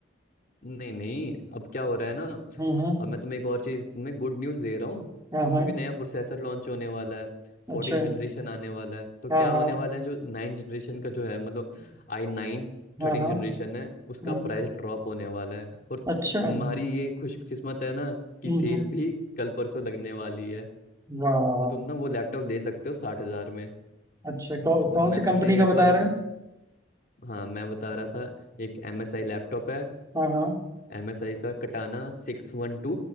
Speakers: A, on the left; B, on the right.
A: नहीं नहीं अब क्या हो रहा है ना
B: हम्म हम्म
A: अब मैं तुम्हें एक और चीज तुम्हें गुड न्यूज दे रहा हूँ
B: हाँ हाँ
A: क्योंकि नया प्रोसेसर लॉन्च होने वाला है
B: अच्छा
A: फोर्टीन
B: है।
A: जनरेशन आने वाला है तो क्या
B: हाँ हाँ
A: होने वाला है जो नाइन जनरेशन का जो है मतलब आई नाइन
B: हाँ
A: थर्टीन
B: हाँ
A: जनरेशन है उसका
B: हम्म,
A: प्राइस ड्रॉप होने वाला है और
B: अच्छा है।
A: तुम्हारी
B: हम्म
A: ये खुशकिस्मत है ना कि
B: हम्म
A: सेल भी कल परसों लगने वाली है
B: वाह
A: तो तुम ना वो लैपटॉप ले सकते हो साठ हजार में
B: अच्छा कौ,
A: तो
B: कौन
A: मैं
B: सी कंपनी
A: तुम्हें एक
B: का बता
A: बार
B: रहे हैं
A: हाँ मैं बता रहा था एक एम एस आई लैपटॉप है
B: हाँ हाँ
A: MSI का कटाना सिक्स वन टू